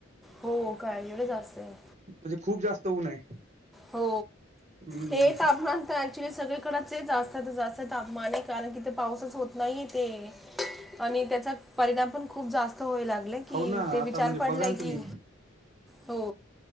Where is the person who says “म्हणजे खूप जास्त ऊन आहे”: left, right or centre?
Right